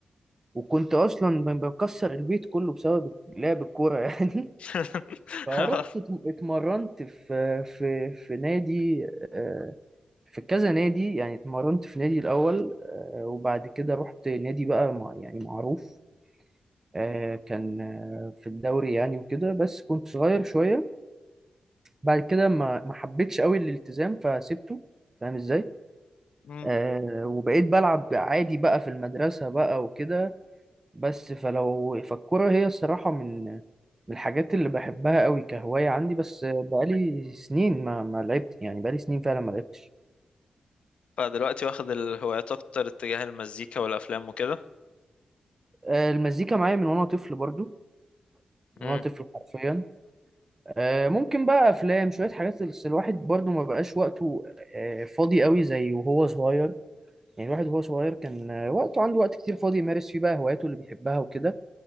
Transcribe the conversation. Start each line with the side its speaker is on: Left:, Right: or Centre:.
Right: وكنت اصلا ب- بكسر البيت كله بسبب لعب الكوره <laughs> يعني
Left: <laughs>
Right: فرحت ات- اتمرنت في في في نادي آه، في كذا نادي يعني اتمرنت في نادي الاول آه، وبعد كده رحت نادي بقى مع يعني معروف آه، كان آه، في الدوري يعني وكده بس كنت صغير شويه بعد كده ما ما حبيتش قوي الالتزام فسيبته فاهم ازاي
Left: مم.
Right: آه، وبقيت بلعب عادي بقى في المدرسه بقى وكده بس فلو فالكرة هي الصراحة من من الحاجات اللي بحبها قوي كهواية عندي بس بقالي سنين ما ما لعبت يعني بقالي سنين فعلا ما لعبتش
Left: فدلوقتي واخد الهوايات أكتر اتجاه المزيكا والأفلام وكده
Right: آه، المزيكا معايا من وانا طفل برضو من
Left: مم.
Right: وانا طفل حرفيا آه، ممكن بقى افلام شوية حاجات بس الواحد برضو ما بقاش وقته آه، فاضي قوي زي وهو صغير يعني الواحد وهو صغير كان آه، وقته عنده وقت كتير فاضي يمارس فيه بقى هواياته اللي بيحبها وكده